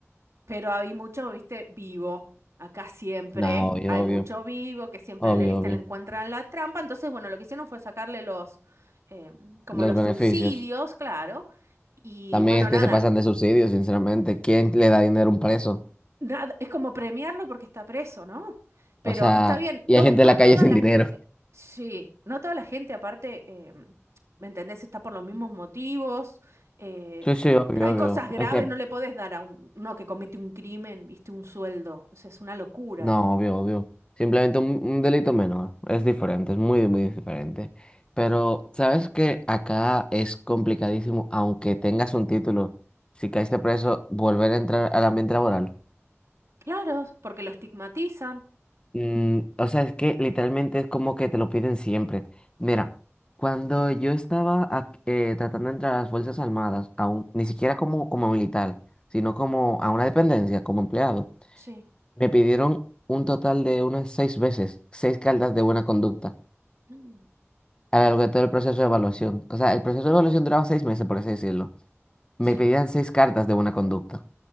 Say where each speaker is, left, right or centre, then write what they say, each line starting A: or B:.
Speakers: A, on the right (about 75°); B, on the left (about 20°).
A: Pero hay mucho, viste, vivo. Acá siempre
B: No, obvio,
A: hay mucho
B: obvio,
A: vivo que siempre
B: obvio,
A: le, viste,
B: obvio.
A: le encuentran la trampa. Entonces, bueno, lo que hicieron fue sacarle los, eh, como
B: Los
A: los
B: beneficios.
A: subsidios, claro. Y
B: También
A: bueno,
B: es
A: nada.
B: que se pasan de subsidios, sinceramente. ¿Quién le da dinero a un preso?
A: Nada, es como premiarlo porque está preso, ¿no? Pero
B: O sea,
A: está bien,
B: y
A: to-
B: hay gente
A: no
B: en la calle
A: toda
B: sin
A: la
B: dinero.
A: gente, sí, no toda la gente aparte, eh, ¿me entendés? Está por los mismos motivos. eh,
B: Sí, sí, obvio,
A: hay
B: obvio.
A: cosas graves,
B: Es que,
A: no le podés dar a un, uno que comete un crimen, viste, un sueldo. O sea, es una locura.
B: no, obvio, obvio. Simplemente un, un delito menor. Es diferente, es muy, muy diferente. Pero, ¿sabes qué? Acá es complicadísimo, aunque tengas un título, si caíste preso, volver a entrar al ambiente laboral.
A: Claro, porque lo estigmatizan.
B: Mm, o sea, es que literalmente es como que te lo piden siempre. Mira, cuando yo estaba ac- eh, tratando de entrar a las Fuerzas Armadas, aún, ni siquiera como, como militar, sino como a una dependencia, como empleado,
A: Sí,
B: me pidieron un total de unas seis veces, seis cartas de buena conducta
A: Mm.
B: a lo largo de todo el proceso de evaluación. O sea, el proceso de evaluación duraba seis meses, por así decirlo. Me
A: sí,
B: pedían seis cartas de buena conducta,